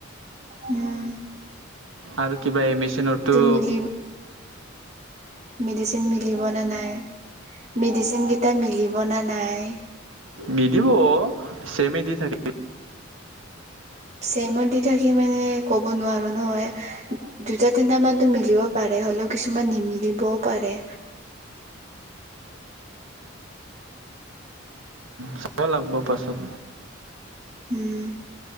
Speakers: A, on the right (about 35°); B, on the right (about 70°).
A: ওম।
B: আৰু কিবা এমিচনৰতো-
A: মিলি মেডিচিন মিলিব নে নাই মেডিচিন কেইটা মিলিব না নাই।
B: মিলিব চেমে দি থাকিব
A: চেমো দি থাকি মানে ক'ব নোৱাৰো নহয়। দুটা তিনটা মানতো মিলিব পাৰে হ'লেও কিছুমান নিমিলিবও পাৰে।
B: চাব লাগব পাচত।
A: উম।